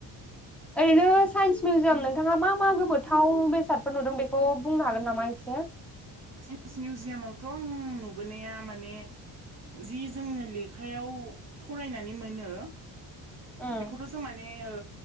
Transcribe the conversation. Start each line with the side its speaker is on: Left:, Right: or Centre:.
Centre: ओरैनो साइन्स मिउजियाम नोंथाङा मा मा गोबथाव बेसादफोर नुदों बेखौ बुंनो हागोन नामा एसे?
Right: साइन्स मिउजियामावथ' आं नुबोनाया माने जि जोंनो लेखायाव फरायनानै मोनो
Centre: उम
Right: बेखौथ' जों माने ओ